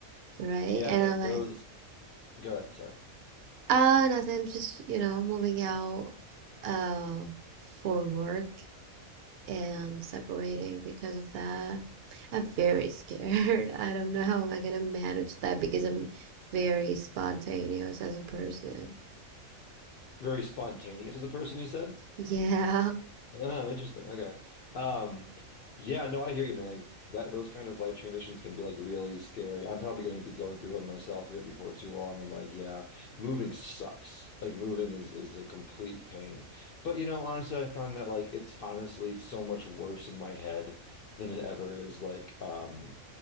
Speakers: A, on the right (about 60°); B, on the left (about 65°).
A: right,
B: Yeah,
A: and
B: man.
A: I'm like,
B: Those. Go ahead. Sorry.
A: ah, uh, nothing, just you know, moving out, uh, for work and separating because of that. I'm very scared. <laughs> I don't know how i am gonna manage that because I'm very spontaneous as a person.
B: Very spontaneous as a person, you said?
A: Yeah,
B: Oh, interesting. Okay. Um, yeah, no, I hear you, man. Like that, those kind of life transitions can be like really scary. I'm probably going to be going through one myself here before too long. And like, yeah, moving sucks. Like moving is is a complete pain. But you know, honestly, I found that like it's honestly so much worse in my head than it ever is like um